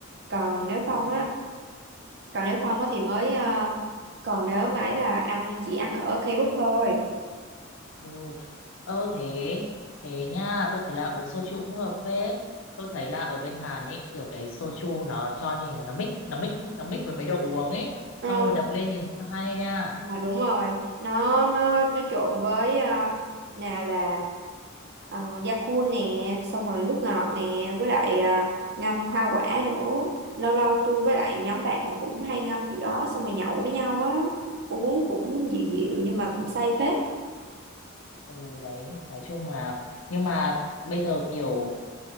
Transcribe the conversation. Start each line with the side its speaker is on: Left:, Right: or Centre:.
Right: còn nếu không
Left: ừ.
Right: á còn nếu không á thì mới ờ, còn nếu mà ấy là ăn chỉ ăn ở K-pop thôi
Left: Ừ. Ờ thế thế nha tôi thấy là uống soju cũng hợp phết tôi thấy là ở bên Hàn ấy kiểu cái soju nó cho nhìn là nó mix nó mix nó mix với mấy đồ uống ấy
Right: Ờ,
Left: xong rồi đập lên nhìn rất là hay nha
Right: mà đúng rồi nó nó nó trộn với ờ, nào là uh, da cu nè xong rồi nước ngọt nè với lại ờ, ngâm hoa quả nữa lâu lâu tôi với lại nhóm bạn cũng hay ngâm kiểu đó xong rồi nhậu với nhau á uống cũng dịu dịu nhưng mà cũng say phết
Left: ừ đấy nói chung là nhưng mà bây giờ kiểu